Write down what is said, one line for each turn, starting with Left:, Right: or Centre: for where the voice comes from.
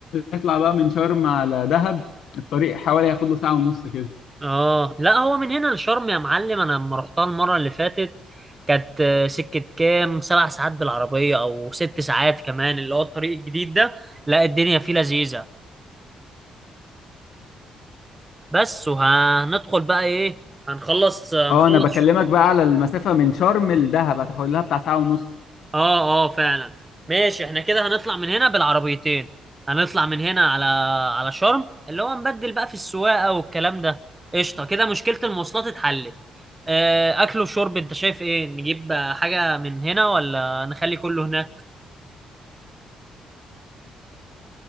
Left: نطلع بقى من شرم على دهب الطريق حوالي هياخد له ساعة ونص كده
Right: اه لا هو من هنا لشرم يا معلم انا لما رحتها المره اللي فاتت كانت آه، سكه كام سبع ساعات بالعربيه او ست ساعات كمان اللي هو الطريق الجديد ده لا الدنيا فيه لذيذه بس وهندخل بقى ايه هنخلص هنخلص
Left: اه انا بكلمك بقى على المسافة من شرم لدهب هتاخد لها بتاع ساعة ونص
Right: اه اه فعلا ماشي احنا كده هنطلع من هنا بالعربيتين هنطلع من هنا على على شرم اللي هو نبدل بقى في السواقه والكلام ده قشطه كده مشكله المواصلات اتحلت آه، اكل وشرب انت شايف ايه نجيب آه، حاجة من هنا ولا نخلي كله هناك